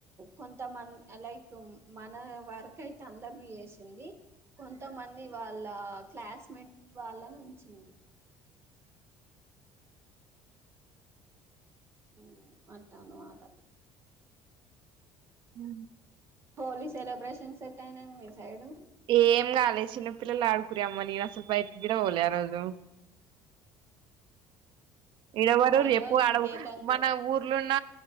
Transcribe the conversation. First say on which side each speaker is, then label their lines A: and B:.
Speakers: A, on the right; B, on the right.
A: కొంత మంది లైక్ మన వర్క్ అయితే అందరిని చేసింది కొంతమంది వాళ్ళ క్లాస్మేట్ వాళ్ళని ఉంచింది ఊ అట అనమాట
B: హ
A: హోలీ సెలబ్రేషన్స్ ఎటా అయినాం మీ సైడ్
B: ఏం గాాలే చిన్నపిల్లలు ఆడుకురరి అమ్మ నేను అసలు బయటకి గిడ పోల ఎడదు ఇడవరు
A: మనోళ్ళు
B: ఎప్పు ఆడ
A: ఇంకేకంగా
B: మన ఊర్లో న